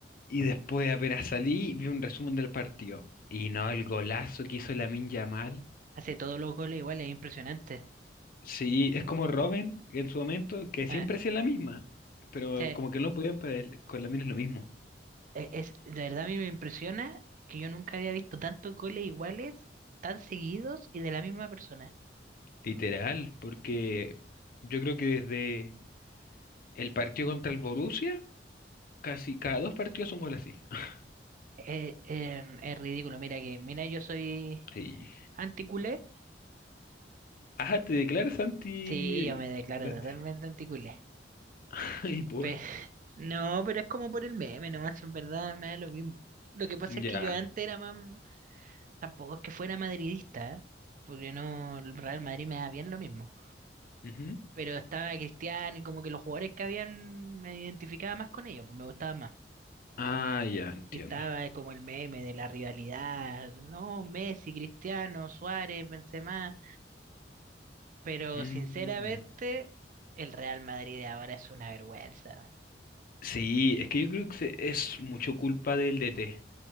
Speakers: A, on the left; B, on the right.
A: Y después apenas salí, vi un resumen del partido. Y no, el golazo que hizo Lamine Yamal.
B: Hace todos los goles igual, es impresionante.
A: Sí, es como Robin en su momento, que siempre
B: Ah,
A: hacía la misma, pero
B: o sea,
A: como que no podían para él, con Lamine es lo mismo.
B: e- es, de verdad a mí me impresiona que yo nunca había visto tantos goles iguales, tan seguidos y de la misma persona.
A: Literal, porque yo creo que desde el partido contra el Borussia Casi cada dos partidos un gol así. <laughs>
B: Eh, eh, es ridículo, mira que, mira, yo soy
A: Sí.
B: anticulé.
A: Ah, te declaras anti...
B: Sí, yo me declaro
A: delante.
B: totalmente anticulé.
A: <laughs> Y por...
B: Pe- <laughs> no, pero es como por el meme, nomás en verdad me da lo mismo. Lo que pasa
A: Ya.
B: es que yo antes era más, Tampoco es que fuera madridista, ¿eh? Porque no, el Real Madrid me da bien lo mismo.
A: Ujú.
B: Pero estaba Cristiano y como que los jugadores que habían me identificaba más con ellos, pues me gustaba más.
A: Ah, ya, entiendo.
B: Y estaba como el meme de la rivalidad, no, Messi, Cristiano, Suárez, Benzema. Pero
A: Mm.
B: sinceramente, el Real Madrid de ahora es una vergüenza.
A: Sí, es que yo creo que se- es mucho culpa del DT.